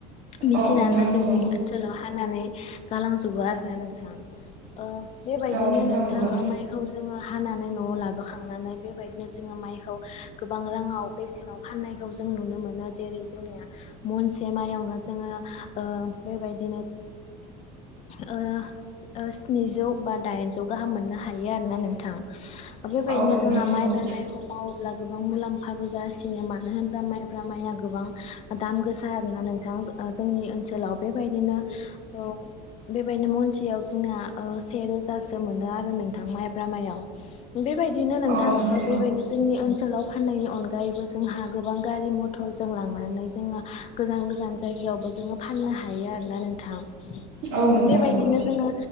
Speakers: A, on the left; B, on the right.
A: मेसिनानो
B: औ नोंथां नंगौ
A: जोंनि ओनसोलाव हानानै गालांजोबो आरोना नोंथां। ओ बेबायदिनो
B: औ
A: नोंथां
B: नंगौ
A: जोङो हानानै न'आव लाबोखांनानै बेबायदिनो जोङो माइखौ गोबां राङाव बेसेनाव फाननायखौ जों नुनो मोनो। जेरै जोंनिया महनसे मायावनो जोङो ओ बेबायदि <unintelligible> ओ स्निजौ बा दाइनजौ गाहाम मोननो हा- हायो आरोना नोंथां। बेबायदिनो
B: औ नोंथां
A: जोंहा
B: नंगौ
A: माइब्रा माइखौ माव- अब्ला गोबां मुलाम्फाबो जासिनो मानो होना माइब्रा माइआ गोबां दाम गोसा आरोना नोंथां। ओ <unintelligible> जोंनि ओनसोलाव बेबायदिनो औ बेबायदिनो महनसेयाव जोंना ओ, से रोजासो मोनो आरो नों थां माइब्रा मायाव। बेबायदिनो नोंथां
B: औ नंगौ
A: बेबायदिनो जोंनि ओनसोलाव फाननायनि अनगा जायबो जोंहा गोबां गारि मथ ट'जों लांनानै जोङो गोजान गोजान जायगायावबो जोङो फाननो हायो आरोना नोंथां।
B: नोंथां औ नोंथां
A: बेबायदिनो
B: नंगौ
A: जोङो